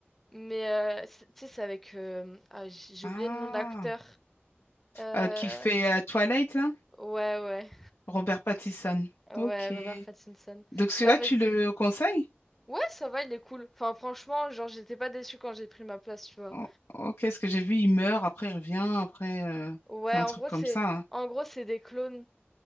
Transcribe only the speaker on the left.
Ah,
Euh, qui fait euh, Twilight, là?
Robert Pattinson.
Ok.
Donc, celui-là,
tu le conseilles?
O- Ok, ce que j'ai vu, il meurt, après il revient, après euh,
c'est un
truc
comme
ça. hein.